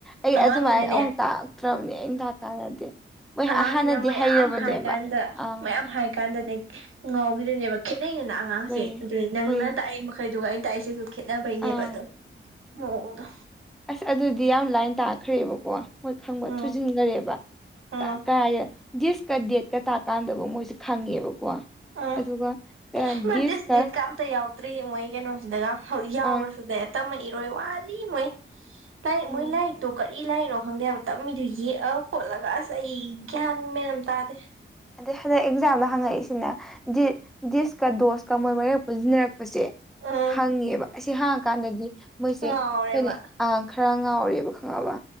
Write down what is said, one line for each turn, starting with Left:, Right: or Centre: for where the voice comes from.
Centre: ꯑꯩ
Right: ꯑꯉꯥꯡꯅꯤꯅꯅꯦ
Centre: ꯑꯗꯨꯃꯥꯏꯅ ꯑꯃꯨꯛ ꯇꯥꯛꯇ꯭ꯔꯕꯅꯦ ꯑꯩꯅ ꯇꯥꯛꯀꯥꯟꯗꯗꯤ꯫ ꯃꯣꯏ
Right: ꯑꯉꯥꯡꯅꯤꯅ
Centre: ꯍꯥꯟꯅꯗꯤ
Right: ꯃꯌꯥꯝ
Centre: ꯍꯩꯔꯕꯅꯦꯕ
Right: ꯍꯥꯏ ꯀꯥꯟꯗ
Centre: ꯑꯥ
Right: ꯃꯌꯥꯝ ꯍꯥꯏ ꯀꯥꯟꯗꯅꯦ ꯉꯥꯎꯒꯤꯗꯨꯅꯦꯕ ꯈꯦꯠꯅꯩꯗꯅ ꯑꯉꯥꯡꯁꯦ
Centre: ꯍꯣꯏꯌꯦ
Right: ꯑꯗꯨꯅꯤ ꯅꯪꯅ
Centre: ꯍꯣꯏꯌꯦ
Right: ꯇꯥꯛꯏ ꯃꯈꯩꯗꯨꯒ ꯑꯩꯅ ꯇꯥꯛꯏꯁꯤꯁꯨ ꯈꯦꯠꯅꯕꯩꯅꯦꯕꯥ
Centre: ꯑꯥ
Right: ꯑꯗꯨ ꯃꯑꯣꯡ ꯗꯨ꯫
Centre: ꯑꯁ ꯑꯗꯨꯗꯤ ꯌꯥꯝ ꯂꯥꯏꯟ ꯇꯥꯛꯈ꯭ꯔꯦꯕꯀꯣ ꯃꯣꯏ ꯈꯪꯕ
Right: ꯎꯝ
Centre: ꯊꯨꯖꯤꯟꯒꯔꯦꯕ
Right: ꯎꯝ
Centre: ꯀꯗꯥꯏ ꯗꯤꯁꯀ ꯗꯦꯠꯀ ꯇꯥꯛꯀꯥꯟꯗꯕ ꯃꯣꯏꯁꯦ ꯈꯪꯉꯦꯕꯀꯣ
Right: ꯎꯝ
Centre: ꯑꯗꯨꯒ
Right: ꯃꯥ
Centre: ꯗꯤꯁꯀ
Right: ꯗꯤꯁ ꯗꯦꯠꯀ ꯑꯝꯇ ꯌꯥꯎ ꯆꯠꯇ꯭ꯔꯤ ꯃꯣꯏ ꯀꯩꯅꯣꯁꯤꯗꯒ ꯍꯧꯖꯤꯛ ꯌꯥꯎꯔꯁꯨꯗ
Centre: ꯑꯪ
Right: ꯇꯝꯃꯛ ꯏꯔꯣꯏ ꯋꯥꯠꯂꯤ ꯃꯣꯏ ꯂꯥꯏꯔꯤꯛ
Centre: ꯎꯝ
Right: ꯃꯣꯏ ꯂꯥꯏꯔꯤꯛꯇꯣ ꯀꯔꯤ ꯂꯥꯏꯔꯤꯛꯅꯣ ꯈꯪꯗꯦ ꯍꯥꯏꯕ ꯇꯝꯃꯤꯗꯨ ꯌꯦꯛꯑ ꯈꯣꯠꯂꯒ ꯑꯁ ꯑꯩ ꯒ꯭ꯌꯥꯟ ꯃꯦꯟ ꯇꯥꯗꯦ꯫
Centre: ꯑꯗꯩ ꯍꯟꯗꯛ ꯑꯦꯛꯖꯥꯝꯗ ꯍꯪꯉꯛꯏꯁꯤꯅ ꯗꯤꯁ ꯗꯤꯁꯀ ꯗꯣꯁꯀ ꯃꯣꯏ ꯃꯔꯛ ꯄꯨꯁꯤꯟꯅꯔꯛꯄꯁꯦ
Right: ꯎꯝ
Centre: ꯍꯪꯉꯦꯕ ꯑꯁꯤ ꯍꯥꯡꯉꯀꯥꯟꯗꯗꯤ ꯃꯣꯏꯁꯦ
Right: ꯉꯥꯎꯔꯦꯕ
Centre: ꯀꯩꯅꯣ ꯑ ꯈꯔ ꯉꯥꯎꯔꯤꯕ ꯈꯪꯉꯕ